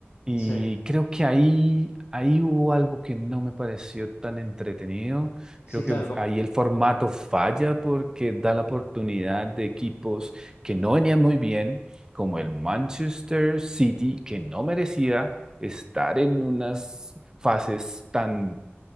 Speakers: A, on the right; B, on the left.
A: Y
B: Sí,
A: creo que ahí, ahí hubo algo que no me pareció tan entretenido
B: sí,
A: Creo
B: claro,
A: que
B: como
A: ahí el formato falla porque da la oportunidad de equipos que no venían muy bien, como el Manchester City, que no merecía estar en unas fases tan